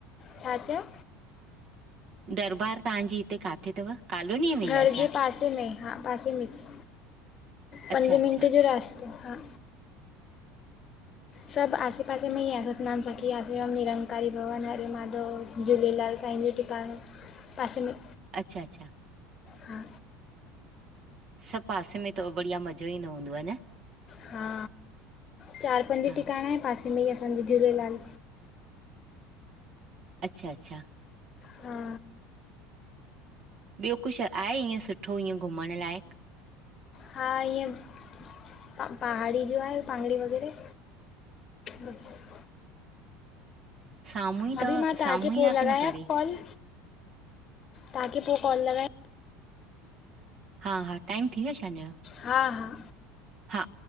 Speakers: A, on the left; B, on the right.
A: छा चयव?
B: <inaudible> दरबार तव्हांजी हिते काथे थव कालोनीअ में ई
A: घर
B: आहे छा?
A: जे
B: <inaudible>
A: पासे में हा पासे में ज
B: अच्छा
A: पंज
B: अच्छा
A: मिंट जो रास्तो हा सभु आसे पासे में ई आह सतनाम सखी आसरम निरंकारी भवन हरे माधव झूलेलाल साईं जी टिक काणों पासे में
B: अच्छा अचछा
A: हा
B: सभु पासे में तव बढ़िया मज़ो ईंदो हूंदुव न
A: हा चारि पंज
B: हा
A: टिकाणा ऐं पासे में ई असांजे झूलेलाल
B: अच्छा अच्छा
A: हा
B: ॿियो कुझु आहे ईअं सुठो ईअं घुमण लाइक़ु
A: हा ईअं पहाड़ी जो आहे पहाड़ी वग़ैरह बस
B: साम्हूं ई
A: भाभी
B: तव
A: मां तव्हांखे
B: साम्हूं ई
A: पोइ
B: आ
A: लॻायाव
B: की न परे?
A: कॉल तव्हांखे पोइ कॉल लगा
B: हा हा टाइम थी वियो छा हिनज जो
A: हा हा
B: हा